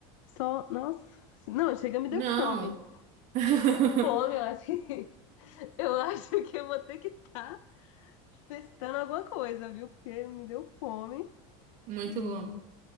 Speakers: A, on the left; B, on the right.
A: Só, nossa. Não, chega, me deu
B: Não.
A: fome.
B: <laughs>
A: Chega, me deu fome. Eu acho que, <laughs> eu acho que eu vou ter que estar testando alguma coisa, viu? Porque me deu fome.
B: Muito
A: E.
B: bom.